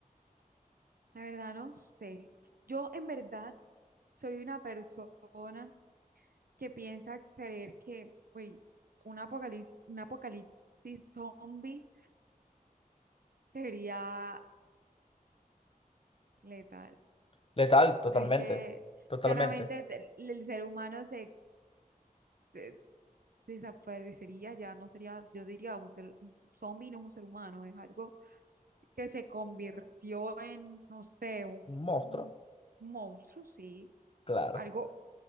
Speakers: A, on the right; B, on the left.
A: la verdad no sé. Yo en verdad soy una persona que piensa creer que, güey, un apocalipsis, un apocalipsis zombie sería letal.
B: Letal, totalmente,
A: O sea, es que
B: totalmente.
A: claramente te- el ser humano se, se desaparecería, ya no sería, yo diría, un ser, un zombie no es un ser humano, es algo que se convirtió en, no sé, un,
B: Un monstruo,
A: un monstruo, sí,
B: claro.
A: algo